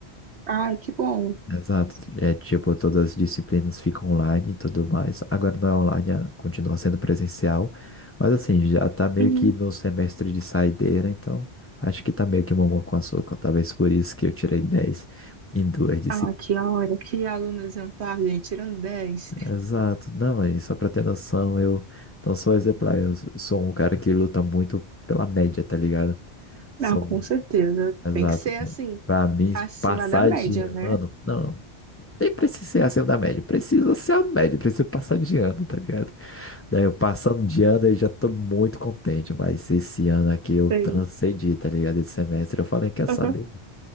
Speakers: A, on the right; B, on the left.
A: Ai, que bom.
B: Exato. É tipo, todas as disciplinas ficam online e tudo mais. Agora não é online, é- continua sendo presencial. Mas assim, já tá meio
A: Uhum.
B: que no semestre de saideira, então acho que tá meio que mamão com açúcar. Talvez por isso que eu tirei 10 em duas disciplinas.
A: Ah, que hora, que aluno exemplar, gente, tirando dez
B: Exato. Não, e só pra ter noção, eu não sou exemplar, eu s- sou um cara que luta muito pela média, tá ligado? São,
A: Não, com certeza.
B: exato.
A: Tem que ser
B: Tipo,
A: assim,
B: pra mim,
A: acima
B: passar
A: da média,
B: de
A: né?
B: ano, não. Nem precisa ser acima da média, precisa ser a média, precisa passar de ano, tá ligado? Daí eu passando de ano eu já tô muito contente, mas esse ano aqui eu
A: Sei.
B: transcendi, tá ligado? Esse semestre eu falei, quer saber?
A: Uhum.